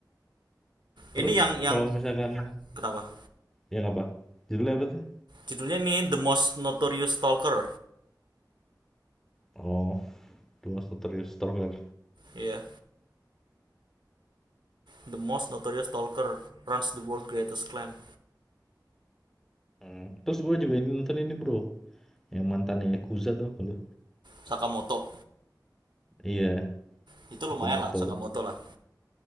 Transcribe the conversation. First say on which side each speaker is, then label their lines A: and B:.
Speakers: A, in the centre; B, on the right.
A: Terus
B: Ini yang yang
A: kalau misalkan Iya.
B: kenapa?
A: yang apa? Judulnya apa tuh?
B: Judulnya nih The Most Notorious Stalker.
A: Oh, The Most Notorious Stalker.
B: Iya, yeah. The Most Notorious Stalker Runs the World's Greatest Clan.
A: Mmm, terus gue juga ini nonton ini, Bro, yang mantannya yakuza tuh gak lu?
B: Sakamoto.
A: Iya,
B: Itu
A: Sakamoto.
B: lumayan lah Sakamoto lah.